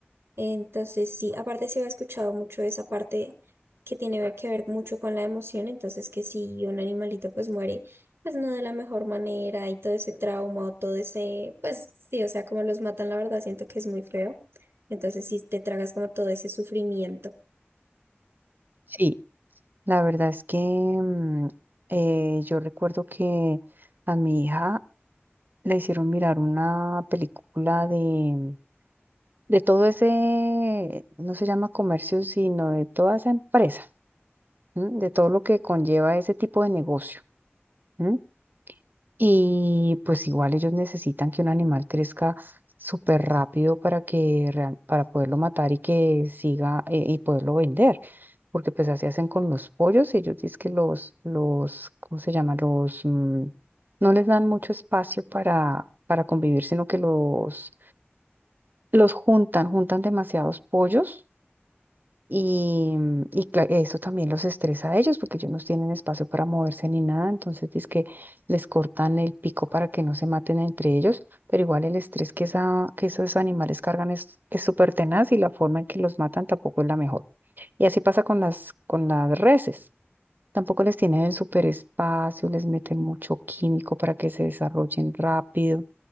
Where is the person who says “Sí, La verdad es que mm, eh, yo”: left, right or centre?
Right